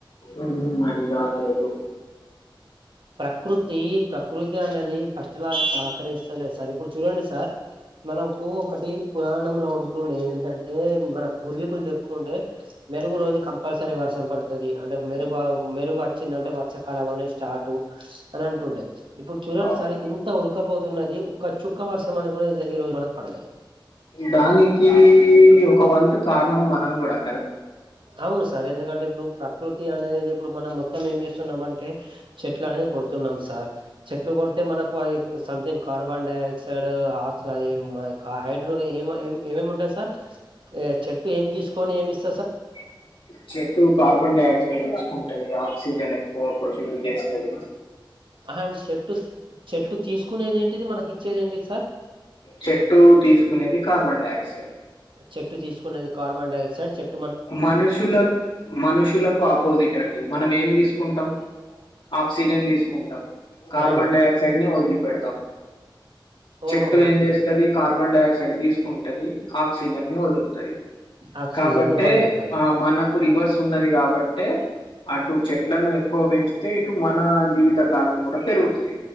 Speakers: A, on the left (about 80°); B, on the right (about 75°).
A: ఉ అది దార్ లేదు
B: ప్రకృతి ప్రకృతి అన్నది ఫస్ట్ లా సహకరిస్తలేద్ సార్ ఇప్పుడు చూడండి సార్ మనకు ఒకటి పురాణంలో ఉంటుండే ఎంటిదంటే మన పూర్వీకులు చెప్తుండే మెరుగు రోజు కంపల్సరీ వర్షం పడతది అంటే మెరుగు అ మెరుగు అచ్చిందంటే వర్షాకాలం అనే స్టార్టు అన్ అంటుండే ఇప్పుడు చూడండి
A: అవును
B: సార్ ఇంత ఉడకపోతున్నది ఒక్క చుక్క వర్షం అని కూడా లె ఈ రోజ్ మనక్ పడలె
A: దానికి ఒక వంతు కారణం మనం గూడా
B: అవును సార్ ఎందుకంటే ఇప్పుడు ప్రకృతి అనేది ఇప్పుడు మనం మనం ఏం చేస్తున్నామంటే చెట్లు అనేది కొడుతున్నాం సార్ చెట్లు కొడితే మనకు అది సంథింగ్ కార్బన్ డైఆక్సైడ్ ఆక్స హైడ్రో ఏమో ఏ ఏమేముంటాయి సార్ ఏ చెట్టు ఏమి తీసుకొని ఏమిస్
A: <inaudible> చెట్టు కార్బన్ డయాక్సైడ్ తీసుకుంటది ఆక్సిజన్ ఎక్కువ ప్రొడ్యూస్ చేస్తాది
B: ఆ చెట్టు చెట్టు తీసుకునేదెంటిది మనకిచ్చేదెంటిది సార్
A: చెట్టు తీసుకునేది కార్బన్ డయాక్సైడ్
B: చెట్టు తీసుకునేది కార్బన్ డయాక్సైడ్ చెట్
A: మనుషులక్ మనుషులకు ఆపోజిట్ అండి మనమేం తీసుకుంటాం ఆక్సిజన్ తీసుకుంటాం కార్బన్
B: అవును
A: డయాక్సైడ్ ని వదిలిపెడతాం
B: ఓహో
A: చెట్టు
B: ఓకే
A: ఏం చేస్తాది కార్బన్ డయాక్సైడ్ తీసుకుంటది ఆక్సిజన్ ని వదులుతది
B: ఆక్సిజన్
A: కాబట్టే
B: ని వదులుతాది
A: మనకు రివర్స్ ఉన్నది కాబట్టే అటు చెట్లను ఎక్కువ పెంచితే ఇటు మన జీవిత కాలం కూడా పెరుగుతది